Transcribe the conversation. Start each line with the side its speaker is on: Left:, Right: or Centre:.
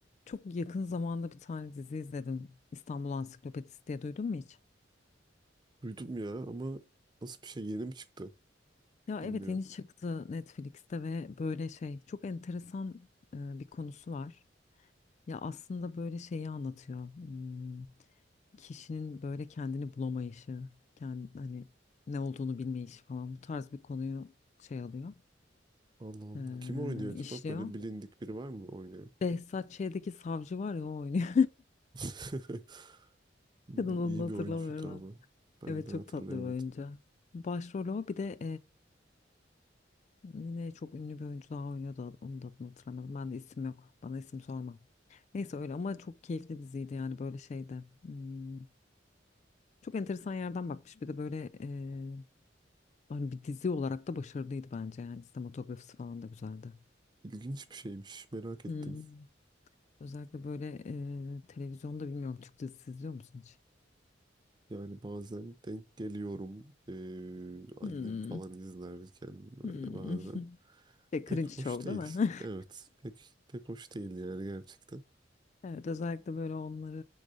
Left: Çok yakın zamanda bir tane dizi izledim. İstanbul Ansiklopedisi diye duydun mu hiç?
Right: Duydum ya ama nasıl bir şey yeni mi çıktı
Left: Ya
Right: bilmiyorum.
Left: evet yeni çıktı Netflix'te ve böyle şey çok enteresan e, bir konusu var. Ya aslında böyle şeyi anlatıyor. Hmm, kişinin böyle kendini bulamayışı, kendi, hani ne olduğunu bilmeyişi falan bu tarz bir konuyu şey alıyor,
Right: Allah Allah.
Left: e,
Right: Kim oynuyor acaba?
Left: işliyor.
Right: Böyle bilindik biri var mı oynayan?
Left: Behzat Ç'deki savcı var ya o oynuyor.
Right: <laughs>
Left: <laughs>
Right: Hmm,
Left: Kadın onu
Right: İyi
Left: hatırlamıyorum.
Right: bir oyuncuydu ama ben
Left: Evet
Right: de
Left: çok
Right: hatırlayamadım.
Left: tatlı bir oyuncu. Başrolü o bir de Yine çok ünlü bir oyuncu daha oynuyordu. Onu da adını hatırlamadım. Ben de isim yok. Bana isim sorma. Neyse öyle ama çok keyifli diziydi yani böyle şeyde. Hmm, çok enteresan yerden bakmış. Bir de böyle e, hani bir dizi olarak da başarılıydı bence yani. Sinematografisi falan da güzeldi.
Right: İlginç bir şeymiş merak ettim.
Left: Hmm. Özellikle böyle e, televizyonda bilmiyorum Türk dizisi izliyor musun hiç?
Right: Yani bazen denk geliyorum eee, annem
Left: Hmm.
Right: falan izlerken böyle
Left: Hmm.
Right: bazen.
Left: <laughs> Şey,
Right: Pek
Left: cringe
Right: hoş
Left: show
Right: değil.
Left: değil mi?
Right: Evet
Left: <laughs>
Right: pek pek hoş değil yani gerçekten.
Left: Evet, özellikle böyle onları